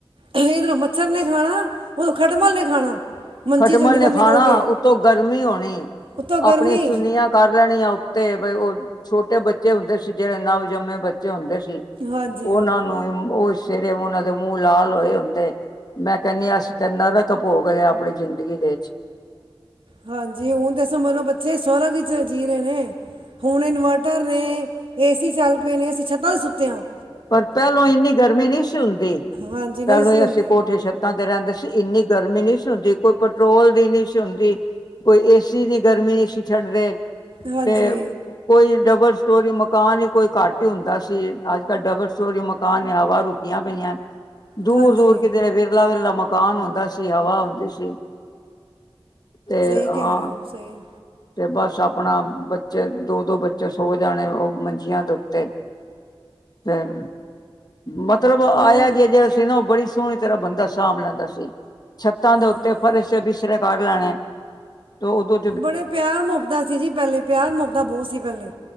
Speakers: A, on the right; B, on the left.
A: ਏਧਰੋਂ ਮੱਛਰ ਨੇ ਖਾਣਾ, ਉਦੋਂ ਖੱਟਮਲ ਨੇ ਖਾਣਾ। ਮੰਜੀ
B: ਖਟਮਲ
A: ਚੋਂ ਨਿਕਲ
B: ਨੇ
A: ਨਿਕਲ
B: ਖਾਣਾ
A: ਕੇ
B: ਉੱਤੋਂ ਗਰਮੀ ਹੋਣੀ,
A: ਉੱਤੋਂ ਗਰਮੀ
B: ਆਪਣੀਆਂ ਚੁੰਨੀਆਂ ਕਰ ਲੈਣੀਆ ਉੱਤੇ ਬਈ ਓ ਛੋਟੇ ਬੱਚੇ ਹੁੰਦੇ ਸੀ ਜੇੜੇ ਨਵਜੰਮੇ ਬ ਹੁੰਦੇ ਸੀ
A: ਹਾਂਜੀ
B: ਓਨਾਂ ਨੂੰ ਓ ਸਵੇਰੇ ਓਨਾਂ ਦੇ ਮੂੰਹ ਲਾਲ ਹੋਏ ਹੁੰਦੇ ਮੈਂ ਕੈਣੀ ਆ ਅਸੀਂ ਤੇ ਨਰਕ ਪੋਗ ਲਯਾ ਅਪਣੀ ਜ਼ਿੰਦਗੀ ਦੇ ਚ
A: ਹਾਂਜੀ ਹੁਣ ਤੇ ਸਮਝ ਲੋ ਬੱਚੇ ਸਵਰਗ ਵਿੱਚ ਜੀ ਰਹੇ ਨੇ ਹੁਣ ਇਨਵਰ ਕਰ ਨੇ ਏ ਸੀ ਚੱਲ ਪਏ ਨੇ ਅਸੀਂ ਛੱਤਾਂ ਤੇ ਸੁੱਤੇ ਆ
B: ਪਰ ਪੈਲੋਂ ਇੰਨੀ ਗਰਮੀ ਨੀ ਸੀ ਹੁੰਦੀ
A: ਹਾਂਜੀ ਨਹੀਂ
B: ਪੈਲੋਂ
A: ਸੀ ਹੁੰਦੀ
B: ਅਸੀਂ ਕੋਠੇ ਛੱਤਾਂ ਤੇ ਰੈਂਦੇ ਸੀ ਇੰਨੀ ਗਰਮੀ ਨੀ ਸੀ ਹੁੰਦੀ ਕੋਈ ਪੈਟਰੋਲ ਦੀ ਨੀ ਸੀ ਹੁੰਦੀ ਕੋਈ ਏਸੀ ਦੀ ਗਰਮੀ ਨੀ ਸੀ ਛੱਡਦੇ
A: ਹਾਂਜੀ
B: ਤੇ ਕੋਈ ਡਬਲ ਸਟੋਰੀ ਮਕਾਨ ਈ ਕੋਈ ਘੱਟ ਹੀ ਹੁੰਦਾ ਸੀ ਅੱਜ-ਕੱਲ੍ਹ ਡਬਲ ਸਟੋਰੀ ਮਕਾਨ ਨੇ ਹਵਾ ਰੋਕ ਪਈਆਂ ਦੂਰ-ਦੂਰ
A: ਹਾਂਜੀ
B: ਕਿਤੇ ਵਿਰਲਾ-ਵਿਰਲਾ ਮ ਮਕਾਨ ਹੁੰਦਾ ਸੀ ਹਵਾ ਹੁੰਦੀ ਸੀ। ਤੇ
A: ਸਈ
B: ਹਾਂ
A: ਕੈ ਰੇ ਓ ਸਈ
B: ਤੇ ਬਸ ਆਪਣਾ ਬੱਚੇ ਦੋ-ਦੋ ਬੱਚੇ ਸੋ ਜਾਣੇ ਓ ਮੰਜੀਆਂ ਦੇ ਉੱਤੇ ਫੇਰ ਮਤਲਬ ਆਯਾ-ਗਯਾ
A: ਹੁਣ
B: ਜੇੜਾ ਸੀ ਨਾ ਐ ਬੜੀ ਸੋਹਣੀ ਤਰ੍ਹਾਂ ਬੰਦਾ ਸਾਂਭ ਲੈਂਦਾ ਸੀ। ਛੱਤਾਂ
A: ਹਾਂਜੀ
B: ਦੇ ਉੱਤੇ ਫਰਸ਼ ਤੇ ਬਿਸਤਰੇ ਕਰ ਲੈਣੇ ਤੇ ਓਦੋਂ
A: ਬੜੇ ਪਿਆਰ ਮੋਬਤਾ ਸੀ ਜੀ ਪੈਲੇ ਪਿਆਰ ਮੋਬਤਾਂ ਬੋਹਤ ਸੀ ਪੈਲੇ